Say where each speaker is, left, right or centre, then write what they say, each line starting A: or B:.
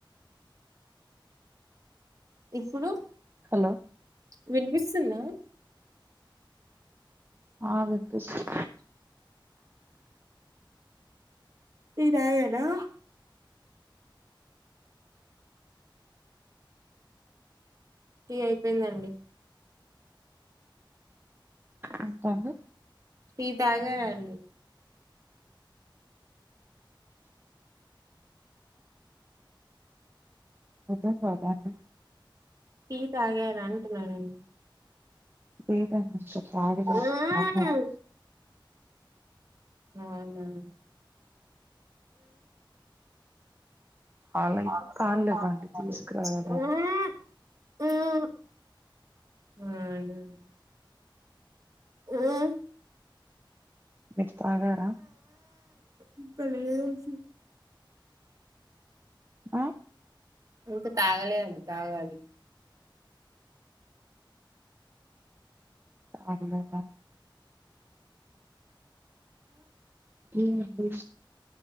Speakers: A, on the right (about 45°); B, on the right (about 25°).
A: ఇప్పుడు
B: హలో!
A: విన్పిస్తుందా?
B: ఆ వినిపిస్తుం
A: టీ తాగారా? టీ అయిపోయిందండి.
B: ఉంటాను.
A: టీ తాగారా అండి?
B: పొద్దున్ దాగ అండి.
A: టీ తాగారా అంటున్న నన్
B: లేదండి ఇంక తాగలేదు
A: అవునా
B: తాగాలి.
A: అవునా
B: అలాయితే
A: అవును
B: కాలేవండి తీసుకురావాలండి
A: తాగుతున్నారు మ్ మ్
B: మీర్ తాగారా?
A: ఇంకా <unintelligible>
B: ఆ
A: ఇంకా తాగలే అండి తాగాలి
B: తాగలేదా ఏమండి